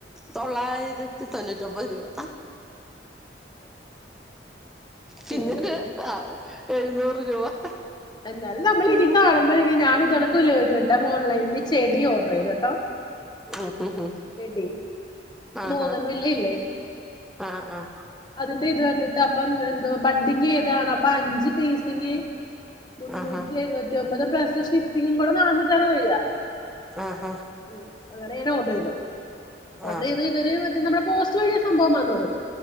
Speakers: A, in the centre; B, on the left (about 25°).
A: തൊള്ളായിരത്തി തൊണ്ണൂറ്റി ഒമ്പത് രൂപ. പിന്നൊരു-
B: അയ്യോ ദൈവമേ
A: എഴുന്നൂറ് രൂപ-
B: എന്നാലും നമ്മൾ
A: ഉം
B: ഇനി കാണുമ്പോഴ ഞാൻ ഇതകണക്കില്ലേ ഒരു വട്ടം ഓൺലൈനിൽ ചെടി ഓർഡർ ചെയ്ത് കേട്ടോ-
A: ഉം ഉം ഉം..
B: ചെടി
A: ആഹാ
B: ബോഗൻവില്ല ഇല്ലേ-
A: ആഹ് ആഹ്
B: അതിന്റെ ഇത് കണ്ടിട്ട് അപ്പം എന്തോ ബഡിങ് ചെയ്തതാണ് അപ്പൊ അഞ്ച് പീസ് ഇതിന് മുന്നൂറ്റി
A: ആഹാ
B: എഴുപത്തി ഒമ്പത് പ്ലസ്സ് ഷിപ്പിങ്ങും കൂടെ നന്നൂറ്റ പോയ
A: ആഹ് ആഹ്
B: ഉം അങ്ങനെ ഞാൻ ഓർഡർ ചെയ്തു ഓർഡർ
A: ആഹ്
B: ചെയ്ത് ഇവര് മറ്റേ നമ്മുടെ പോസ്റ്റ് വഴിയ സംഭവം വന്നത്-